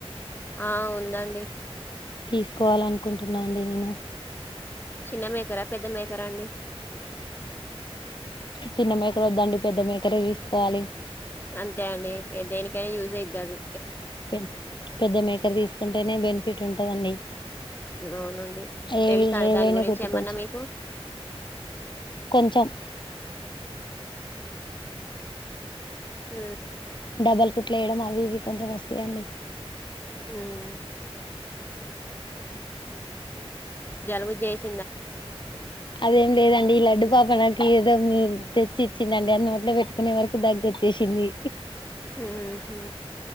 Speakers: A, on the left; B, on the left.
A: ఆ ఉందండి
B: తీసుకోవాలనుకుంటున్నా అండి నేను
A: చిన్న మేకరా పెద్ద మేకరా అండి
B: చిన్న మేకర వద్దండి పెద్ద మేకరే తీసుకోవాలి
A: అంతే అండి దేనికైనా యూజ్ అయిద్దది
B: పె పెద్ద మేకర్ తీసుకుంటేనే బెనిఫిట్ ఉంటదండి
A: అవునండి
B: ఏవి
A: తెలుసా అండి
B: ఏవైనా
A: దాని గురించి
B: కుట్టుకోవచ్చు
A: ఏమన్నా మీకు
B: కొంచెం
A: ఊమ్
B: డబల్ కుట్లు వేయడం అవి ఇవి కొంచెం వస్తాయండి
A: హ్మ్. జలుబు చేస్
B: అదేం లేదండి ఈ లడ్డు పాప నాకు ఏదో తెచ్చి చ్చిందండి అది నోట్లో పెట్టుకునే వరకు దగ్గొచ్చేసింది
A: ఉమ్ హు